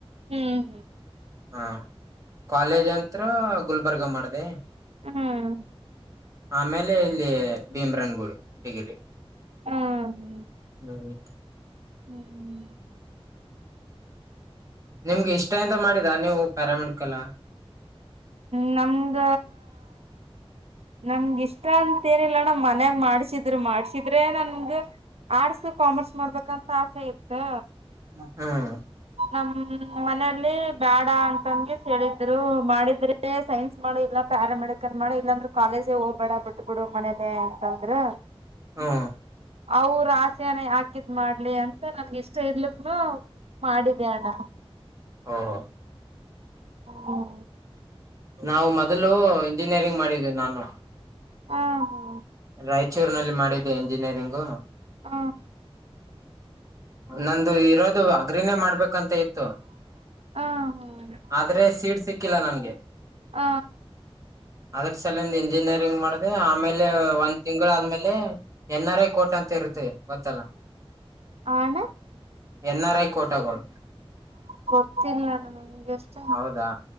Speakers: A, on the right (about 80°); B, on the right (about 30°).
A: ಹ್ಮ್
B: ಹಾ ಕಾಲೇಜ್ ಅಂತ್ರ ಗುಲ್ಬರ್ಗ ಮಾಡ್ದೆ.
A: ಹ್ಮ್
B: ಆಮೇಲೆ ಇಲ್ಲಿ ಭೀಮ್ರನ್ ಗುಡಿ ಡಿಗ್ರಿ.
A: ಹ್ಮ ಹ
B: ಹ್ಮ್
A: ಹ್ಮ್್ಮ
B: ನಿಮ್ಗೆ ಇಷ್ಟ ಇಂದ ಮಾಡಿದ್ದ ನೀವು ಪ್ಯಾರಾಮೆಡಿಕಲ.
A: ಹ್ಮ ನಮ್ಗ ನಮ್ಗಿಷ್ಟ ಅಂತ ಏನಿಲ್ಲಣ ಮನ್ಯಾಗ ಮಾಡ್ಸಿದ್ರು ಮಾಡ್ಸಿದ್ರೆ ನನ್ಗ ಆರ್ಟ್ಸ್ ಕಾಮರ್ಸ್ ಮಾಡ್ಬೇಕಂತ ಆಸೆ ಇತ್ತು.
B: ಹ್ಮ್
A: ನಮ್ಮನೆಲ್ಲಿ ಬ್ಯಾಡ ಅಂತಂಗೆ ಸೇರಿದ್ರು ಮಾಡಿದ್ರೆ ಲೆ ಸೈನ್ಸ್ ಮಾಡು ಇಲ್ಲ ಪ್ಯಾರ ಮೆಡಿಕಲ್ ಮಾಡು ಇಲ್ಲಾಂದ್ರೆ ಕಾಲೇಜೇ ಹೋಗ್ಬೇಡ ಬಿಟ್ ಬಿಡು ಮನೇಲೇ ಅಂತಂದ್ರು.
B: ಹಾ
A: ಅವ್ರ್ ಆಸೆನ ಯಾಕಿದ್ ಮಾಡ್ಲಿ ಅಂತ ನನ್ಗ ಇಷ್ಟ ಇರ್ಲಿಕ್ಕನು ಮಾಡಿದೆ ಅಣ್ಣ
B: ಓಹೋ
A: ಹುಂ.
B: ನಾವು ಮೊದಲು ಇಂಜಿನಿಯರಿಂಗ್ ಮಾಡಿದ್ದೀನಿ ನಾನು.
A: ಹ ಹಾ
B: ರಾಯಚೂರ್ನಲ್ಲಿ ಮಾಡಿ ದ್ದೆ ಇಂಜಿನಿಯರಿಂಗು.
A: ಹ
B: ನಂದು ಇರೋದು ಅಗ್ರಿನೇ ಮಾಡ್ಬೇಕು. ಂತ ಇತ್ತು
A: ಹ ಹ
B: ಆದ್ರೆ ಸೀಡ್ ಸಿ. ಸಿಕ್ಕಿಲ್ಲ ನನ್ಗೆ.
A: ಹ.
B: ಅದ್ರ ಸಲ ಒಂದ ಇಂಜಿನಿಯರಿಂಗ್ ಮಾಡ್ದ ಆಮೇಲೆ ಒಂದ್ ತಿಂಗಳ ಆದ್ಮೇಲೆ ಎನ್ ಆರ್ ಐ ಕೋಟ್ ಅಂತ ಇರ್ತದೆ ಗೊತ್ತಲ್ಲ.
A: ಆಣ.
B: ಎನ್ ಆರ್ ಐ ಕೋಟಾಗೋಳ್.
A: ಗೊತ್ತಿಲ್ಲ ನಮಗೆಷ್ಟ
B: ಹೌದಾ